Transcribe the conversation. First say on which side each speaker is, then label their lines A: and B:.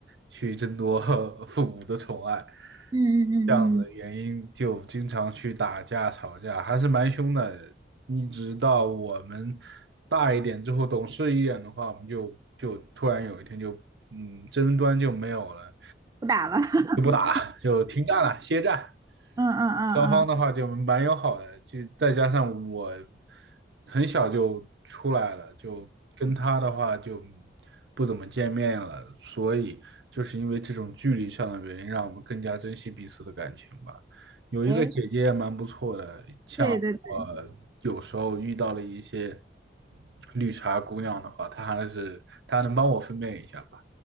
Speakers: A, on the right; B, on the right.
A: 去争夺 <laughs> 父母的宠爱，
B: 嗯嗯嗯嗯，
A: 这样的原因就经常去打架吵架，还是蛮凶的。一直到我们大一点之后，懂事一点的话，我们就就突然有一天就嗯争端就没有了，
B: 不打了。<laughs>
A: 就不打了，就停战了，歇战。
B: 嗯嗯嗯嗯，
A: 双方的话就蛮友好的，就再加上我很小就出来了，就跟他的话就不怎么见面了，所以就是因为这种距离上的原因，让我们更加珍惜彼此的感情吧。有一个姐姐也蛮不错的，
B: 哎，
A: 像我有时候遇到了一些
B: 对对对，
A: 绿茶姑娘的话，她还是她能帮我分辨一下吧，